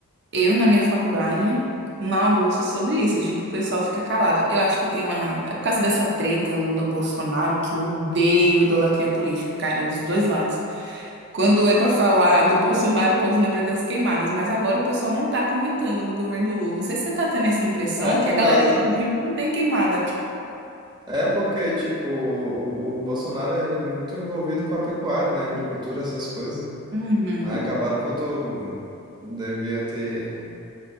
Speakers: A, on the right; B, on the right.
A: Eu na minha faculdade mal ouço sobre isso, tipo, o pessoal fica calado. Eu acho que tem uma. É por causa dessa treta Lula-Bolsonaro que eu odeio idolatria política, cara, dos dois lados. Quando é para falar do Bolsonaro, o povo lembra das queimadas, mas agora o pessoal não tá comentando no governo Lula. Não sei se você tá tendo essa impressão
B: É por
A: que a galera,
B: causa
A: tipo, finge que não tem queimada.
B: É porque, tipo, o Bolsonaro é muito envolvido com a pecuária, né? Agricultura, essas coisas.
A: Uhum,
B: Aí acabaram, voltou. Devia ter